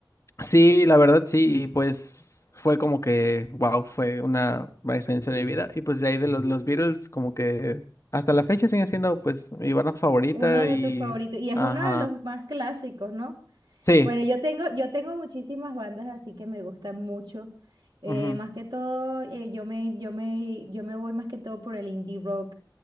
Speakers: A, on the left (about 40°); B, on the right (about 75°).
A: sí, la verdad sí, y pues fue como que, wow, fue una gran experiencia de mi vida. Y pues de ahí de los, los Beatles, como que hasta la fecha siguen siendo pues mi banda favorita
B: Uno de
A: y,
B: tus favoritos, y es
A: ajá.
B: uno de los más clásicos, ¿no?
A: Sí,
B: Bueno, yo tengo, yo tengo muchísimas bandas así que me gustan mucho. Eh,
A: Ujú.
B: más que todo, eh, yo me, yo me, yo me voy más que todo por el indie rock.